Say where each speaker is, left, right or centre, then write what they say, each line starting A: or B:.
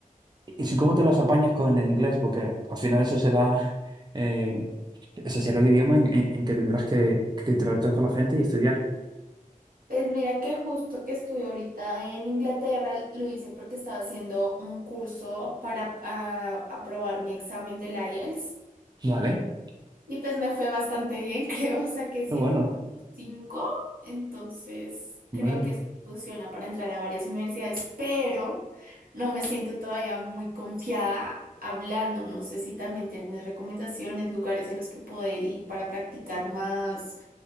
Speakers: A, on the right (about 30°); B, on the right (about 85°).
A: ¿y si- ¿cómo te los apañas con el inglés? Porque al final eso será, eh, eso será el idioma en, en- en que tendrás que, que interactuar con la gente y estudiar.
B: Pues mira que justo que estuve ahorita en Inglaterra lo hice porque estaba haciendo un curso para ah, aprobar mi examen del IELTS.
A: Vale,
B: Y pues me fue bastante bien, <laughs> creo, saqué
A: qué
B: siete
A: bueno,
B: punto cinco entonces creo
A: hombre.
B: que eso funciona para entrar a varias universidades, pero no me siento todavía muy confiada hablando, no sé si también tienes recomendaciones, lugares a los que poder ir para practicar más